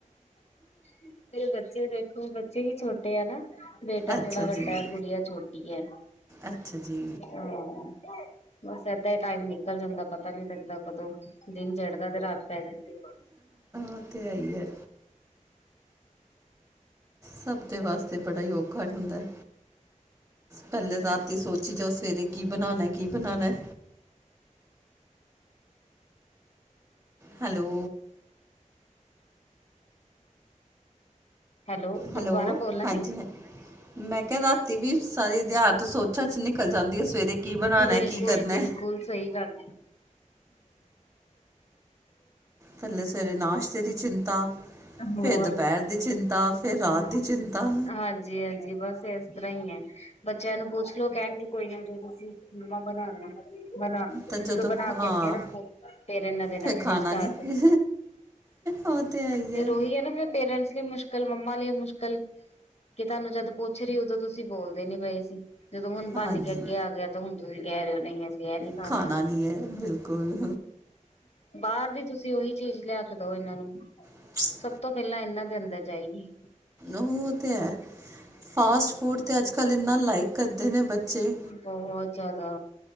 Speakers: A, on the left; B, on the right.
A: ਮੇਰੇ ਬੱਚੇ ਵੇਖੋ ਬੱਚੇ ਈ ਛੋਟੇ ਆ ਨਾ। ਬੇਟਾ
B: ਅੱਛਾ
A: ਥੋੜਾ ਵੱਡਾ,
B: ਜੀ
A: ਗੁੜੀਆ ਛੋਟੀ ਐ,
B: ਅੱਛਾ ਜੀ
A: ਹਾਂ। ਬਸ ਏਦਾਂ ਈ ਟਾਈਮ ਨਿਕਲ ਜਾਂਦਾ। ਪਤਾ ਨੀ ਲੱਗਦਾ ਕਦੋਂ ਦਿਨ ਚੜਦਾ ਤੇ ਰਾਤ ਪੈ ਜਾਂਦੀ।
B: ਓ ਤੇ ਹੈ ਈ ਐ। ਸਭ ਦੇ ਵਾਸਤੇ ਬੜਾ ਈ ਔਖਾ ਹੁੰਦਾ ਐ। ਪੈਲੇ ਰਾਤੀ ਸੋਚੀ ਜਾਓ ਸਵੇਰੇ ਕੀ ਬਨਾਨਾ ਐ ਕੀ ਬਨਾਨੈ। ਹੈਲੋ।
A: ਹੈਲੋ ਦੁਬਾਰਾ
B: ਹੈਲੋ
A: ਬੋਲਣਾ
B: ਹਾਂਜੀ
A: ਦੀ
B: ਹਾਂ। ਮੈਂ ਕੇਆ ਰਾਤੀ ਵੀ ਸਾਰੇ ਦੇਆਤ ਸੋਚਾਂ ਚ ਨਿਕਲ ਜਾਂਦੀ ਐ। ਸਵੇਰੇ ਕੀ ਬਨਾਨਾ
A: ਬਿਲਕੁਲ
B: ਐ ਕੀ ਕਰਨੈ।
A: ਬਿਲਕੁਲ ਸਈ ਗੱਲ।
B: ਥੱਲੇ ਸਵੇਰੇ ਨਾਸ਼ਤੇ ਦੀ ਚਿੰਤਾ
A: ਹੋਰ
B: ਫੇਰ ਦਪੈਰ ਦੀ ਚਿੰਤ ਤਾ ਫੇਰ ਰਾਤ
A: ਹਾਂ
B: ਦੀ ਚਿੰਤਾ।
A: ਹਾਂਜੀ ਹਾਂਜੀ, ਬਸ ਏਸ ਤਰਾਂ ਈ ਐ। ਬੱਚੇਆਂ ਨੂੰ ਪੁੱਛ ਲੋੋ ਕੈਣਗੇ ਕੋਈ ਨਾ ਜੋ ਤੁਸੀ ਮੰਮਾ ਬਨਾਲੋ। ਬਨਾ
B: ਤਾਂ
A: ਜਦੋਂ ਬਨਾ ਕੇ
B: ਹਾਂ
A: ਅੱਗੇ ਰੱਖੋ ਫੇਰ ਏਨਾਂ ਦੇ ਨਖਰੇ
B: ਫਿਰ ਖਾਣਾ
A: ਸਟਾਰਟ
B: ਨਹੀਂ ਉਹ ਤੇ ਹੈ ਹੀ
A: ਫੇਰ
B: ਹੈ
A: ਓਹੀ ਐ ਨਾ ਫੇਰ ਪੇਰੈਂਟਸ ਲਈ ਮੁਸ਼ ਕਲ ਮੰਮਾ ਲਈ ਮੁਸ਼ਕਲ ਕਿ ਤਾਨੂੰ ਜਦ ਪੁੱਛ ਰੀ ਉਦੋਂ ਤੁਸੀ ਬੋਲਦੇ ਨੀ ਪਏ ਸੀ। ਜਦੋਂ ਹੁਨ ਬਨ
B: ਹਾਂਜੀ
A: ਕੇ ਅੱਗੇ ਆ ਗੇਆ ਤਾਂ ਹੁਨ ਤੁਸੀ ਕੈ ਰੇ ਓ ਨਈ ਅਸੀ ਐ ਨੀ ਖਾਣਾ
B: ਖਾਨਾ
A: ਉਹ
B: ਨੀ ਐ, ਬਿਲਕੁਲ।
A: ਬਾਰ ਦੀ ਤੁਸੀ ਓਈ ਚੀਜ ਲਿਆ ਕੇ ਦੋ ਏਨਾਂ ਨੂੰ।
B: <unintelligible>
A: ਸਭ ਤੋਂ ਪੇਲਾਂ ਏਨਾਂ ਦੇ ਅੰਦਰ ਜਾਏਗੀ।
B: ਓਹ ਤੇ ਹੈ। ਫਾਸਟ ਫੂਡ ਤੈ ਅੱਜ ਕੱਲ ਇੰਨਾ ਲਾਈਕ ਕਰਦੇ ਨੇ ਬੱਚੇ
A: ਬੋਹਤ ਜਾਦਾ।